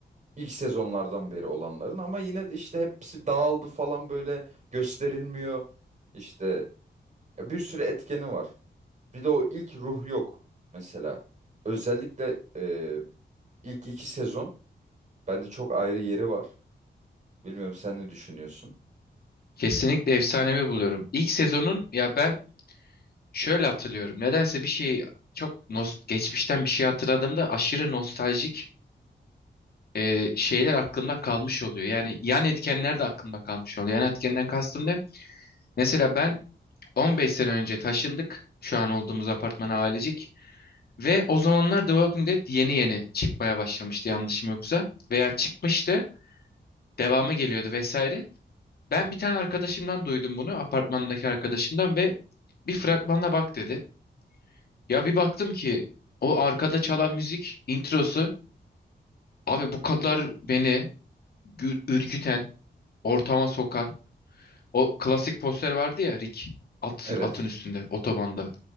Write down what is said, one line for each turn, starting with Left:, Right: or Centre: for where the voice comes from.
Right: İlk sezonlardan beri olanların ama yine de işte hepsi dağıldı falan böyle gösterilmiyor. İşte ya bir sürü etkeni var. Bir de o ilk ruh yok mesela. Özellikle e, İlk iki sezon bende çok ayrı yeri var. Bilmiyorum sen ne düşünüyorsun?
Left: Kesinlikle efsanevi buluyorum. İlk sezonun ya ben şöyle hatırlıyorum. Nedense bir şeyi çok nos geçmişten bir şey hatırladığımda aşırı nostaljik e, şeyler aklımda kalmış oluyor. Yani yan etkenler de aklımda kalmış oluyor. Yan etkenden kastım ne? Mesela ben 15 sene önce taşındık. Şu an olduğumuz apartmana ailecek. Ve o zamanlar The Walking Dead yeni yeni çıkmaya başlamıştı yanlışım yoksa. Veya çıkmıştı. devamı geliyordu vesaire. Ben bir tane arkadaşımdan duydum bunu, apartmandaki arkadaşımdan ve bir fragmana bak dedi. Ya bir baktım ki o arkada çalan müzik introsu abi bu kadar beni gü- ürküten, ortama sokan o klasik poster vardı ya Rick atın
Right: Evet,
Left: atın üstünde otobanda.